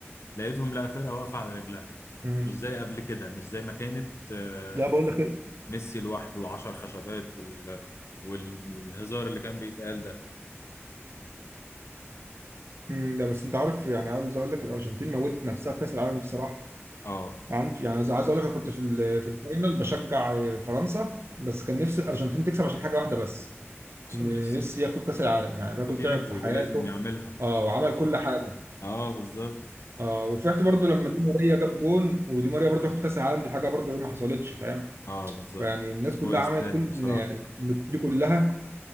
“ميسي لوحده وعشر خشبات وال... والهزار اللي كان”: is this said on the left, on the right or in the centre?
Left